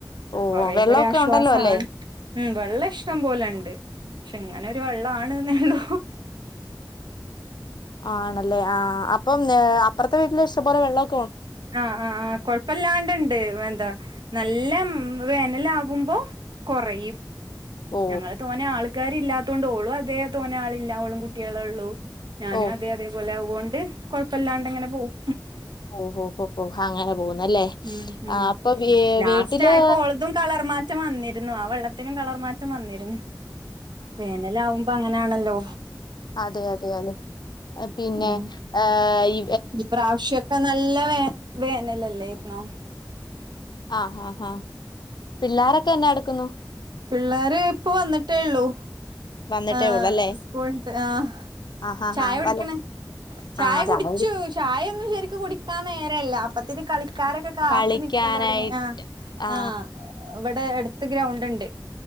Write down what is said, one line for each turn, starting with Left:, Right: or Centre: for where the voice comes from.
Left: ഓ
Right: കൊറേക്കൊരു
Left: വെള്ളമൊക്കെ
Right: ആശ്വാസാണ്.
Left: ഉണ്ടല്ലോ അല്ലേ
Right: വെള്ളം ഇഷ്ടം പോലെ ഇണ്ട് പക്ഷെ അങ്ങനെരു വെള്ളാണ് ന്നേള്ളൂ.
Left: ആണ അല്ലെ ആ അപ്പം അപ്പർത്തെ വീട്ടിലെ പ്പോറെ വെള്ളം
Right: ആഹ് ആഹ് ആഹ് കൊഴപ്പല്ലാണ്ടിണ്ട് എന്താ നല്ല വേനലാവുമ്പോ കൊറയും.
Left: ഓ
Right: ഞങ്ങള് തോന്നെ ആൾക്കാരില്ലാ ത്തോണ്ട് ഓള് അതേ തോന്നേ ആളില്ല. ഓളും കുട്ടിയളെള്ളൂ. ഞാനും
Left: ഓ
Right: അതെ അതേ പോലാവും. കൊണ്ട് കൊഴപ്പല്ലാണ്ടങ്ങനെ പോവും.
Left: ഓഹോ ഹോ ഹോ അങ്ങനെ പോകുന്നുല്ലേ
Right: ഉം ഉം
Left: ആഹ് അപ്പൊ വീ
Right: ലാസ്റ്റ്
Left: വീട്ടില്
Right: ആയപ്പോ ഓളതും കളർ മാറ്റം വന്നിരുന്നു ആ വെള്ളത്തിനും കളർ മാ മാറ്റം വന്നിരുന്നു വേനലാകുമ്പോ അങ്ങനെയാണല്ലോ
Left: അതേഅതേ അതേ പിന്നേ
Right: ഉം
Left: ആഹ് ഇ
Right: ഈ പ്രാവശ്യക്കെ നല്ല വേ വേനലല്ലേരുന്നോ
Left: ആഹ് ആഹ് ആഹ് പിള്ളോരൊക്കെ എന്നെടു ക്കുന്നു
Right: പിള്ളോര് ഇപ്പൊ വന്നിട്ടേള്ളൂ
Left: വന്നിട്ടേ
Right: ആഹ്
Left: ഉള്ളല്ലേ
Right: സ്കൂള് വിട്ടു ആഹ്
Left: ആ ആ
Right: ചായ
Left: ആ
Right: കുടിക്കണ
Left: വല്ല
Right: ചായ
Left: ആ അതെ
Right: കുടിച്ചു
Left: അവര്
Right: ചായ ഒന്നും ശരിക്കും കുടി ക്കാൻ നേരം ഇല്ല അപ്പത്തെ കളി ക്കാരൊക്കെ കാത്തു
Left: കളിക്കാനായി
Right: നിക്കലോ തുടങ്ങി ആഹ്
Left: ആ
Right: ആഹ് ഇവിടെ അടു ത്ത് ഗ്രൗണ്ട് ഉണ്ട്